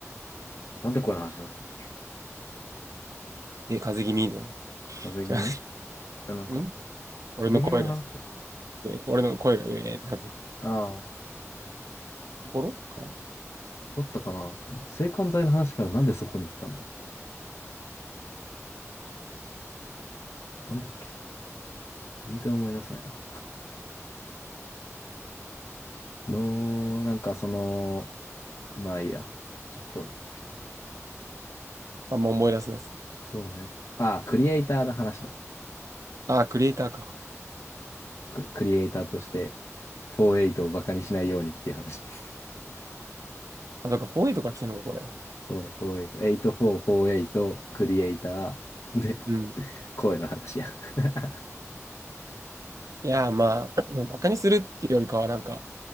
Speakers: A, on the left; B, on the right.
A: なんで声の話になったの
B: え、風邪気味の。
A: 風邪気味
B: 違
A: じゃなんか、
B: う。ん
A: 風邪気味の話だっけ
B: 俺の声が、俺の声が、えーってなってる
A: ああー、
B: ところかな
A: だったかな。制汗剤の話からなんでそこに行ったんだなんだっけ全然思い出せないよ。の、なんかその、まあいいや。ちょっと、
B: あんま思い出せないです。
A: そうね。ああ、クリエイターの話だ。
B: あクリエイターか。
A: ククリエイターとして、48をバカにしないようにっていう話。<laughs>
B: あ、だかフォー 4A とから来てるのか、これ。
A: そうね、48。84、48、クリエイター、<laughs> で、
B: うん。
A: 声の話や。<laughs>
B: いやまあ、バカにするっていうよりかは、なんか、